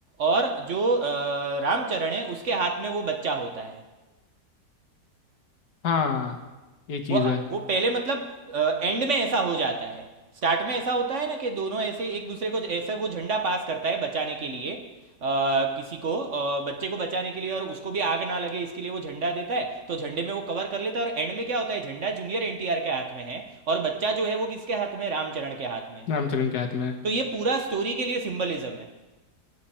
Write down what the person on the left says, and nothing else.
हाँ ये चीज़
है
रामचरण के हाथ में है।